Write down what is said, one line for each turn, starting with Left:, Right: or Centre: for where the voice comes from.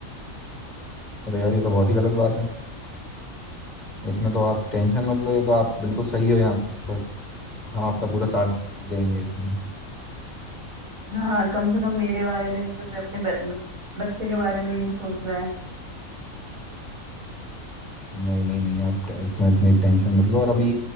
Left: अरे यार ये तो बहुत ही गलत बात है इसमें तो आप टेंशन मत लो ये तो आप बिल्कुल सही हो यहाँ पर हम आपका पूरा साथ देंगे इसमें
Right: हाँ कम से कम मेरे बारे में नहीं तो मैं अपने ब, बच्चे के बारे में ही नहीं सोच रहा है
Left: नहीं नहीं नहीं आप टे- इसमें इतनी टेंशन मत लो और अभी